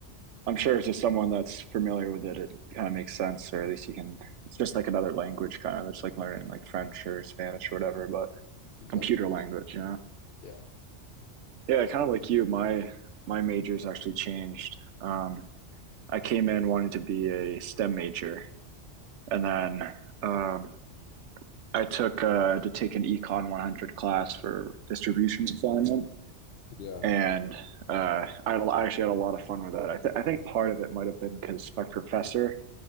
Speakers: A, on the right (about 75°); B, on the left (about 60°).
A: I'm sure it's just someone that's familiar with it. It kind of makes sense, or at least you can. It's just like another language, kind of. It's like learning like French or Spanish or whatever, but
B: exactly.
A: computer language, you know?
B: Yeah.
A: Yeah, kind of like you. My my major's actually changed. Um, I came in wanting to be a STEM major, and then um, I took uh, to take an Econ 100 class for distribution assignment,
B: Yeah.
A: and uh, I, had a- I actually had a lot of fun with that. I, th I think part of it might have been because my professor